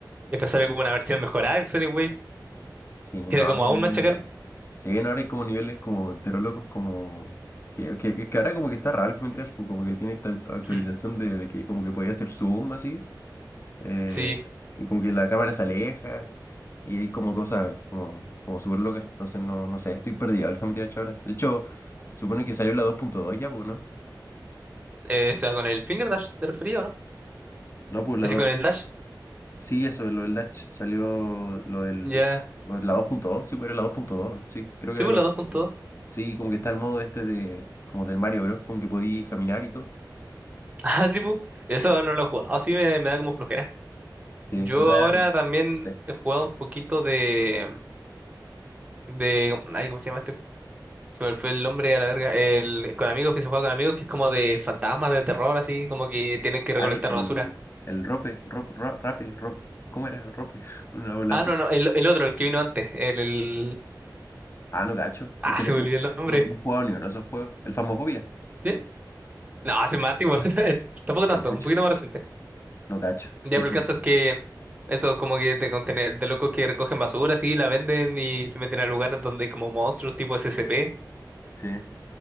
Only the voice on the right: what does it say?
después salió
como una versión mejorada del Sonic Wave,
que era
como
aún
más chacal.
<clears throat>
Sí,
eh, o sea, con el Finger Dash te refería, ¿o no?
Así
con el Dash,
ya.
Sí,
pues
la
2.2. <laughs>
Ah, sí, pues, eso no lo he jugado, sí me, me da como flojera.
Yo
ahora también
he jugado un poquito de, de, ay, ¿cómo se llama este Se me fue el nombre a la verga. El, con amigos que se juega con amigos, que es como de fantasmas, de terror, así, como que tienen que recolectar
basura.
Ah,
no, no, el, el otro, el que vino antes. El, el-
Ah,
se
me
olvidó el nombre.
¿Sí? No, hace más tiempo. <laughs> Tampoco tanto,
un poquito más reciente.
Ya,
pero
el caso es que eso como que de contener, de locos que recogen basura, así, la venden y se meten a lugares donde hay como monstruos tipo SCP.